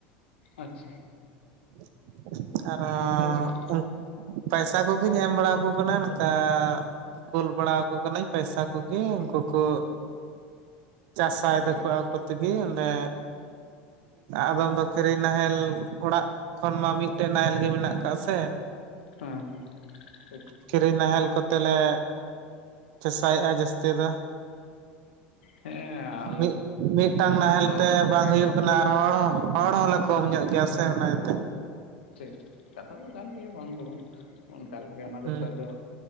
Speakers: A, on the left; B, on the right.
A: ᱟᱪᱪᱷᱟ
B: <unintelligible> ᱟᱨ
A: ᱟᱫᱚ ᱪᱮᱫ
B: ᱦᱚ ᱯᱟᱭᱥᱟ ᱠᱚᱜᱤᱧ ᱮᱢ ᱵᱟᱲᱟᱠᱚ ᱠᱟᱱᱟ ᱱᱚᱝᱠᱟ ᱠᱩᱞ ᱵᱟᱲᱟᱠᱚ ᱠᱟᱱᱟ. ᱧ ᱯᱚᱭᱥᱟ ᱠᱚ ᱤᱧ
A: ᱚ
B: ᱠᱳᱠᱳ ᱪᱟᱥᱟᱭ
A: ᱦᱮᱸ
B: ᱫᱟᱠᱚ ᱟᱠᱚ ᱛᱮᱜᱮ ᱚᱸᱰᱮ ᱟᱫᱚᱢ ᱫᱚ ᱠᱷᱤᱨᱤ ᱱᱟᱦᱮᱞ ᱚᱲᱟᱜ ᱠᱷᱚᱱ ᱢᱟ ᱢᱤᱫᱴᱮᱡ ᱱᱟᱦᱮᱞ ᱜᱮ ᱢᱮᱱᱟᱜ ᱟᱠᱟᱜ ᱥᱮ
A: ᱦ ᱦᱮᱸ ᱴᱷᱤᱠ
B: ᱠᱤᱨᱤᱧ ᱱᱟᱦᱮᱞ ᱠᱚᱛᱮ ᱞᱮ ᱪᱟᱥᱟᱭᱮᱫᱟᱭ ᱡᱟᱹᱥᱛᱤ ᱫᱚ
A: ᱦᱮᱸ ᱟᱞᱮ
B: ᱢᱤᱫ ᱢᱤᱫᱴᱟᱝ ᱱᱟᱦᱮᱞ
A: ᱫᱚ
B: ᱛᱮ
A: ᱚᱱᱠᱟᱜᱮ
B: ᱵᱟᱝ ᱦᱩᱭᱩᱜ ᱠᱟᱱᱟ ᱦᱚᱲ ᱦᱚᱸ ᱦᱚᱲ ᱦᱚᱸᱞᱮ ᱠᱚᱢ ᱧᱚᱜ ᱜᱮᱭᱟ ᱥᱮ ᱚᱱᱟ ᱤᱭᱟᱹᱛᱮ
A: ᱴᱷᱤᱠ ᱠᱟᱛᱷᱟ ᱫᱚ ᱠᱟᱱ ᱜᱮᱭᱟ ᱵᱟᱝ ᱫᱚ ᱵᱟᱝ ᱚᱱᱠᱟ ᱞᱮᱠᱟ ᱚᱱᱟ
B: ᱦᱩᱸ᱾
A: ᱫᱚᱤᱛᱚᱜ ᱫᱚ